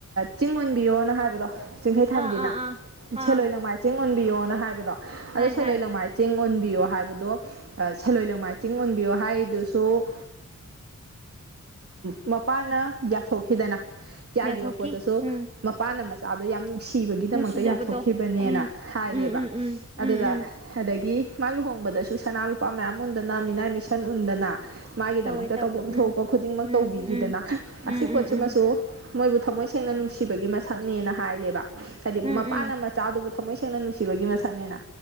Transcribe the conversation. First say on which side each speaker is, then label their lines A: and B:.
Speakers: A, on the right (about 50°); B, on the right (about 20°).
A: ꯆꯤꯡ ꯑꯣꯟꯕꯤꯌꯣꯅ ꯍꯥꯏꯕꯗꯣ ꯆꯤꯡꯈꯩ ꯊꯥꯟꯕꯤꯅ
B: ꯑꯥ ꯑꯥ ꯑꯥ
A: ꯁꯦꯂꯣꯏ
B: ꯑꯥ
A: ꯂꯥꯡꯃꯥꯏ ꯆꯤꯡ ꯑꯣꯟꯕꯤꯌꯣꯅ ꯍꯥꯏꯕꯗꯣ ꯑꯣ
B: ꯍꯥꯏ
A: ꯁꯦꯜꯂꯣꯏ
B: ꯍꯥꯏ
A: ꯂꯥꯡꯃꯥꯏ ꯆꯤꯡ ꯑꯣꯟꯕꯤꯌꯣ ꯍꯥꯏꯕꯗꯣ ꯁꯦꯂꯣꯏ ꯂꯪꯃꯥꯏ ꯆꯤꯡ ꯑꯣꯟꯕꯤꯌꯣ ꯍꯥꯏ ꯁꯣ ꯃꯄꯥꯥꯟꯅ ꯌꯥ ꯊꯣꯛꯈꯤꯗꯅ ꯌꯥꯈꯤꯕ
B: ꯌꯥꯊꯣꯛꯀꯤ
A: ꯄꯣꯠꯇꯨꯁꯨ
B: ꯎꯝ
A: ꯃꯄꯥꯟꯅ ꯃꯆꯥꯗꯣ ꯌꯥꯝ ꯅꯨꯡꯁꯤꯕꯒꯤꯗꯃꯛꯇ
B: ꯅꯨꯡꯁꯤꯖꯕꯗꯣ
A: ꯌꯥꯊꯣꯛꯈꯤꯕꯅꯦꯅ
B: ꯎꯝ
A: ꯍꯥꯏꯔꯦꯕ
B: ꯎꯝ ꯎꯝ ꯎꯝ
A: ꯑꯗꯨꯗ
B: ꯎꯝ ꯎꯝ
A: ꯑꯗꯒꯤ ꯃꯥ ꯂꯨꯍꯣꯡꯕꯗꯁꯨ ꯁꯅꯥ ꯂꯨꯄꯥ ꯃꯌꯥꯝ ꯎꯟꯗꯅ ꯃꯤꯅꯥꯏ ꯃꯤꯁꯟ ꯎꯟꯗꯅ ꯃꯥꯒꯤꯗꯃꯛꯇ
B: ꯇꯧꯋꯦ ꯇꯧꯋꯦ
A: ꯇꯧꯕꯝ
B: ꯎꯝ
A: ꯊꯣꯛꯄ ꯈꯨꯗꯤꯡꯃꯛ
B: ꯎꯝ
A: ꯇꯧꯕꯤꯒꯤꯗꯅ
B: ꯎꯝ
A: ꯑꯁꯤ
B: ꯎꯝ
A: ꯄꯣꯠꯁꯤꯃꯁꯨ
B: ꯎꯝ
A: ꯃꯣꯏꯕꯨ ꯊꯃꯣꯏ ꯁꯦꯡꯅ ꯅꯨꯡꯁꯤꯕꯒꯤ ꯃꯁ ꯊꯛꯅꯦꯅ ꯍꯥꯏꯔꯦꯕ ꯍꯥꯏꯗꯤ ꯃꯄꯥꯅ
B: ꯎꯝ ꯎꯝ ꯎꯝ
A: ꯃꯆꯥꯗꯨꯕꯨ ꯊꯃꯣꯏ ꯁꯦꯡꯅ ꯅꯨꯡꯁꯤꯕꯒꯤ ꯃꯁꯛꯅꯦꯅ